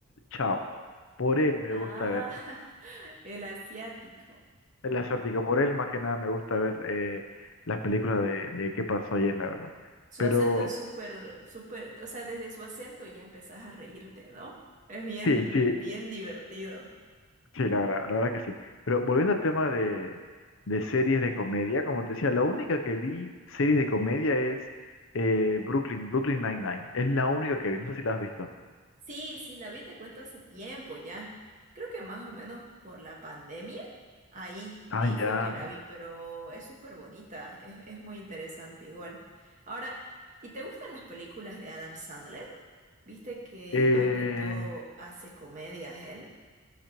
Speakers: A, on the left (about 60°); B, on the right (about 35°).
A: Chao. Por él me
B: Ah,
A: gusta ver
B: <laughs> el asiático.
A: el asiático, por él más que nada me gusta ver eh, las películas de, de qué pasó ayer, la verdad.
B: Su
A: Pero
B: acento es súper, súper, o sea, desde su acento ya empezás a reírte, ¿no? Es bien,
A: sí, sí,
B: bien divertido.
A: sí, la verdad, la verdad que sí. Pero volviendo al tema de, de series de comedia, como te decía, la única que vi series de comedia es eh, Brooklyn, Brooklyn Nine-Nine. Es la única que vi, no sé si la has visto.
B: Sí, sí, la vi, te cuento hace tiempo ya. Creo que más o menos por la pandemia. Ahí,
A: Ah,
B: ahí
A: ya.
B: fue que la vi, pero es súper bonita, es, es muy interesante igual. Ahora, ¿y te gustan las películas de Adam Sandler? Viste que
A: Eh,
B: más que todo hace comedias él.